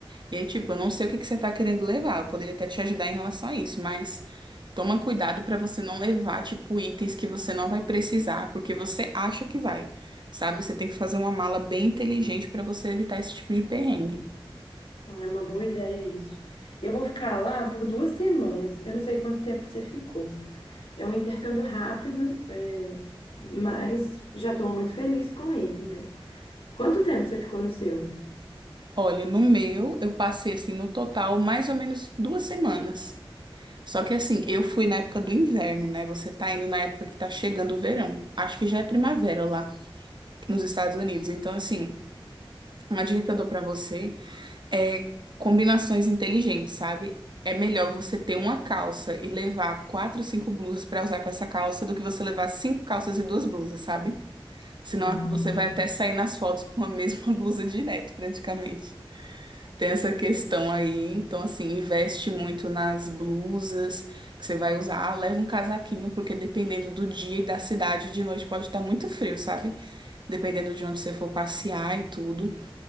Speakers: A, on the right; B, on the left.
A: E aí, tipo, eu não sei o que que você tá querendo levar, eu poderia até te ajudar em relação a isso, mas toma cuidado pra você não levar, tipo, itens que você não vai precisar, porque você acha que vai, sabe? Você tem que fazer uma mala bem inteligente pra você evitar esse tipo de perrengue.
B: Não é uma boa ideia isso. Eu vou ficar lá por duas semanas. Eu não sei quanto tempo você ficou. É um intercâmbio rápido, é, mas já estou muito feliz com ele, né? Quanto tempo você ficou no seu?
A: Olha, no meu, eu passei assim, no total, mais ou menos duas semanas. Só que assim, eu fui na época do inverno, né? Você tá indo na época que tá chegando o verão. Acho que já é primavera lá nos Estados Unidos. Então, assim, uma dica que eu dou pra você é combinações inteligentes, sabe? É melhor você ter uma calça e levar quatro, cinco blusas pra usar com essa calça do que você levar cinco calças e duas blusas, sabe? Senão
B: Ah,
A: você vai até sair nas fotos com a mesma <laughs> blusa direto, praticamente. Tem essa questão aí, então assim, investe muito nas blusas que você vai usar. Ah, leva um casaquinho, porque dependendo do dia e da cidade, de noite pode estar muito frio, sabe? Dependendo de onde você for passear e tudo.